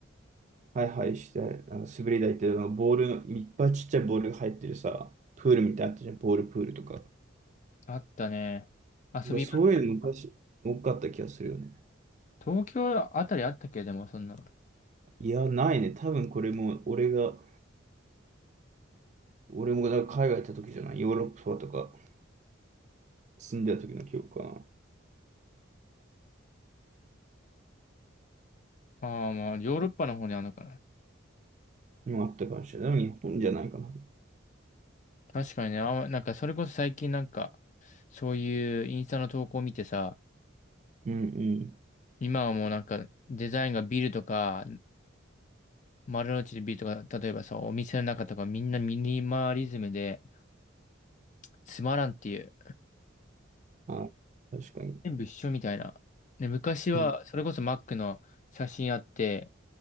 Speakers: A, on the right; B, on the left.
A: ハイハイして、なんか滑り台っていうのがボールの、いっぱいちっちゃいボールが入ってるさ、プールみたいなのあったじゃん、ボールプールとか。だか
B: あったね。遊びました。
A: らそういうの昔、多かった気がするよね。
B: 東京あたりあったっけでも、そんなの。
A: いや、ないね。多分これも、俺が、俺もだから海外行った時じゃない。ヨーロッパとか住んでた時の記憶かな。
B: ああ、まあ、ヨーロッパの方にあるのかな。
A: もあったかもしれない。でも日本じゃないかな。
B: 確かにね、あ、なんか、それこそ最近なんか、そういうインスタの投稿を見てさ、
A: うんうん。
B: 今はもうなんか、デザインがビルとか、丸の内でビートが、例えばさ、お店の中とかみんなミニマリズムで、つまらんっていう。
A: あ、確かに。
B: 全部一緒みたいな。で、昔は、
A: うん
B: それこそマックの写真あって、